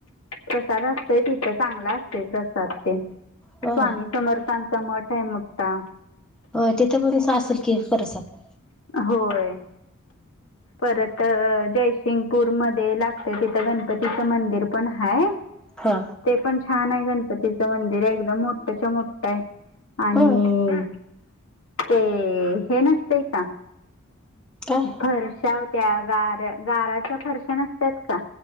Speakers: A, on the left; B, in the centre.
A: प्रसाद असतोय तिथं चांगला असतोय प्रसाद तेन
B: होय
A: स्वामी समर्थांचा मठ मठ आहे मोठा.
B: होय तिथे पण आसल की परसाद.
A: होय परत जयसिंगपूर मध्ये लागतंय तिथं गणपतीच मंदिर पण हाय.
B: हा
A: ते पण छान आहे गणपतीचं मंदिर आहे एकदम मोठ्यच्या मोठं आहे. आणि
B: होय
A: ते हे नसतेय का?
B: काय?
A: फरशा त्या गार गाराच्या फरश्या नसतात का?